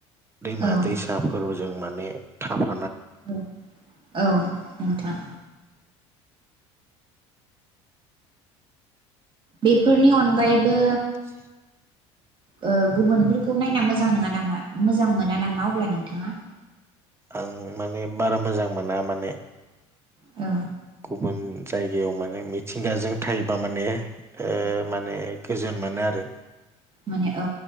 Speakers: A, on the right; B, on the right.
A: दैमा-दैसाफोरबो
B: औ
A: जों माने थाबाय
B: औ औ नोंथां। बेफोरनि अनगायैबो
A: से
B: ओ गुबुनफोरखौ नायना मोजां नङा नामा मोजां मोना नामा अब्ला नोंथाङा?
A: आं माने बारा मोजां मोना माने
B: औ।
A: गुबुन जायगायाव माने मिथिंगाजों थायोबा माने
B: औ
A: ओ माने गोजोन मोनो आरो
B: मोनो औ